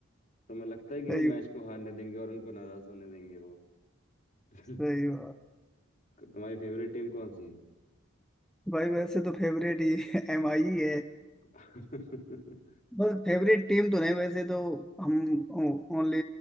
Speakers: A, on the left; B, in the centre.
A: तुम्हें लगता है कि
B: सही
A: वो मैच को हारने देंगे और उनको नाराज होने देंगे वो <laughs>
B: सही बात
A: तुम्हारी फेवरेट टीम कौन सी है
B: भाई वैसे तो फेवरेट ही <laughs> एम आई ही है
A: <laughs>
B: बस फेवरेट टीम तो नहीं वैसे तो हम ओनली